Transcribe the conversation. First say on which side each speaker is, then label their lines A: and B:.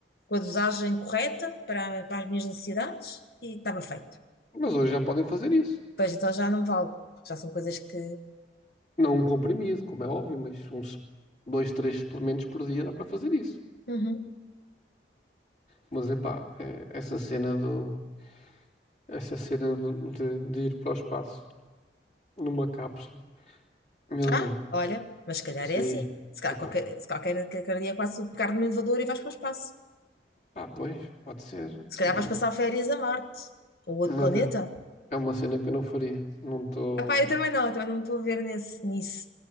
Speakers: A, on the left; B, on the left.
A: com a dosagem correta para, para as minhas necessidades, e estava feito.
B: mas hoje já podem fazer isso.
A: Pois então já não vale, porque já são coisas que.
B: Não um comprimido, como é óbvio, mas uns dois, três suplementos por dia dá para fazer isso.
A: Uhum.
B: Mas epá, é, essa cena do, essa cena do- de, de ir para o espaço numa cápsula, meu
A: Ah,
B: Deus,
A: olha, mas se calhar
B: isso
A: é
B: aí,
A: assim. Se calhar
B: epá,
A: qualquer, se qualquer, qualquer dia quase um pegar no elevador e vais para o espaço.
B: pá, pois, pode ser.
A: Se calhar
B: Hum,
A: vais passar férias a Marte ou outro
B: Mas
A: planeta.
B: é uma cena que eu não faria. Não estou.
A: Ah, pá, eu também não, eu também não me estou a ver nesse, nisso.